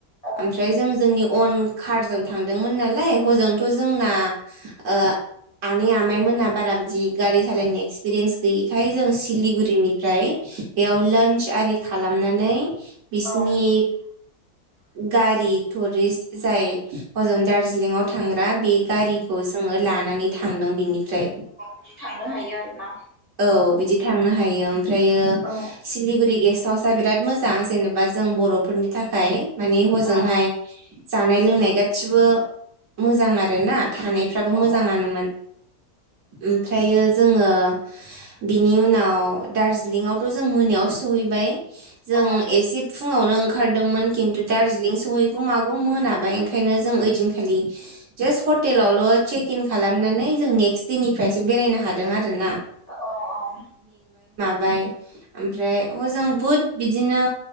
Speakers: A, on the right; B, on the left.
A: ओमफ्राय
B: औ
A: जों जोंनि अन कारजों थांदोंमोन नालाय हजोंथ' जोंना ओ आनै आमाइमोनहा बारा बिदि गारि सालायनो एक्सपिरियेन्स गैयिखाय जों सिलिगुरिनिफ्राय बेयाव लान्स आरि खालामनानै बिसिनि
B: औ <inaudible>
A: गारि टुरिस्ट जाय हजों दार्जिलिंआव थांग्रा बे गारिखौ लानानै थांदों बिनिफ्राय
B: बिदि थांनो हायो आरोना
A: औ बिदि थांनो हायो ओमफ्रायो
B: औ
A: सिलिगुरि गेस्ट हाउसा बिराद मोजां जेने बा जों बर'फोरनि थाखाय माने हजोंहाय
B: औ
A: जा नाय लोंनाय गासिबो मोजां आरो ना थानायफ्राबो
B: औ
A: मोजांआनोमोन। ओमफ्रायो जोङो बिनि उनाव दार्जिलिंआवथ' जों मोनायाव सहैबाय। जों
B: औ
A: एसे फुङावनो ओं खारदोंमोन खिन्थु दारजिलिं सहैगौ मागौ मोनाबाय ओंखायनो जों ओइदिनखालि जासत हटेलावल' चेकिं खालामनानै जों नेक्स्ट देनिफ्रायसो बेरायनो हादों आरो ना
B: अ अम
A: बाय ओमफ्राय हजों बहुत बिदिनो